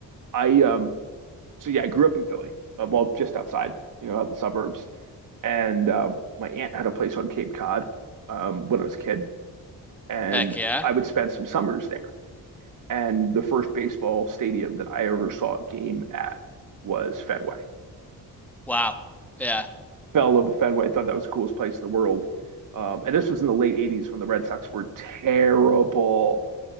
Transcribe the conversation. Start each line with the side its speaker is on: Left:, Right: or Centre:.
Right: I um so yeah, I grew up in Philly. Uh, well, just outside, you know, out in the suburbs. And um, my aunt had a place on Cape Cod um, when I was a kid, and
Centre: Heck yeah.
Right: I would spend some summers there. And the first baseball stadium that I ever saw a game at was Fenway.
Centre: Wow. Yeah.
Right: fell in love with Fenway. I Thought that was the coolest place in the world. Um, and this was in the late '80s when the Red Sox were terrible,